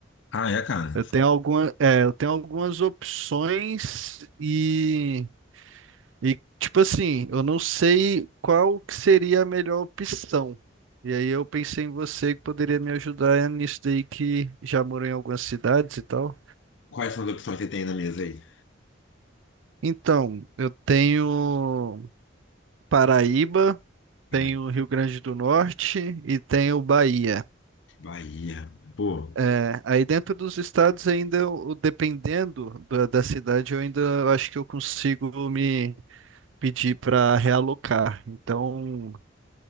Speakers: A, on the left; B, on the right.
A: Ah, é, cara.
B: Eu tenho alguma, é, eu tenho algumas opções e, e tipo assim, eu não sei qual que seria a melhor opção. E aí eu pensei em você que poderia me ajudar nisso daí que já morou em algumas cidades e tal.
A: Quais são as opções que você tem na mesa aí?
B: Então, eu tenho Paraíba
A: Cara,
B: tem o Rio Grande do Norte e tem o Bahia.
A: Bahia. Pô,
B: É, aí dentro dos estados ainda, o- dependendo da, da cidade, eu ainda acho que eu consigo me pedir para realocar. Então,